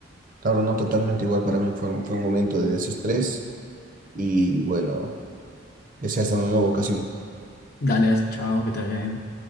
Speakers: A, on the right; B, on the left.
A: Claro, no totalmente igual para mí. Fue, un- fue un momento de desestrés y bueno, que sea hasta una nueva ocasión.
B: Dale, chao, que te vaya bien.